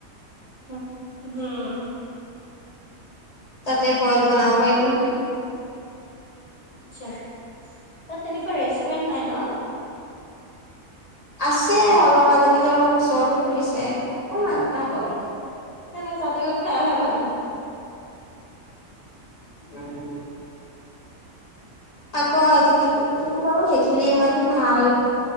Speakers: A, on the left (about 55°); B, on the left (about 30°).
A: উম, হোমম।
B: তাতে বইল বনাব পাৰিলো হেঁতেন।
A: আছা, তাত তেনেকুৱা ৰেষ্টুৰেন্ট নাই ন?
B: আছে অলপ, আজিকালি অলপ ওচৰৰতো খুলিছে, অকমান আক অলপ
A: নাইলে <unintelligible> তাতে গও খায় আহা ভাল দেখোন।
B: উম। আকৌ আজিকালি, কিন্তু বাৰু সেইখিনি ইমান ভাল,